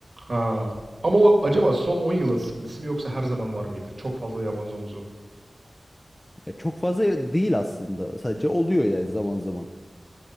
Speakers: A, on the right (about 50°); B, on the left (about 20°).
A: Ha. Ama o acaba
B: Ya,
A: son 10 yılın sıkıntısı mı yoksa her zaman var mıydı? Çok fazla yaban domuzu.
B: ya çok fazla değil aslında. Sadece oluyor yani zaman zaman.